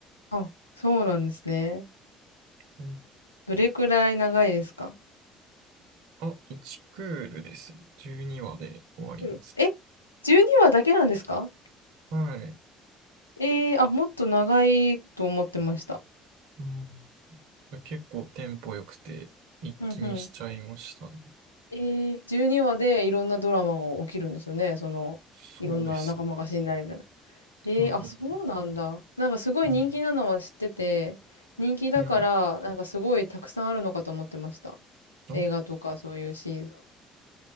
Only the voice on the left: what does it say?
あ、そうなんですね。
どれくらい長いですか
うんえ ?12 話だけなんですか
えー、あ、もっと長いと思ってました。
うんうん。ええ12話でいろんなドラマが起きるんですよね。その、
いろんな仲間が死んだりみたいな。ええあ、
そうなんだ。なんかすごい人気なのは知ってて、
人気だから、
なんかすごいたくさんあるのかと思ってました。
映画とかそういうシーズン。